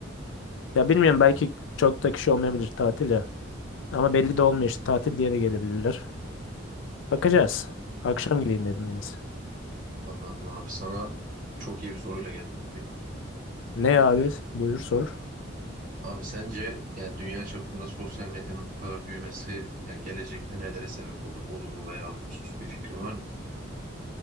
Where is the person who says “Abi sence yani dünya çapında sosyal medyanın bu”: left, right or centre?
Right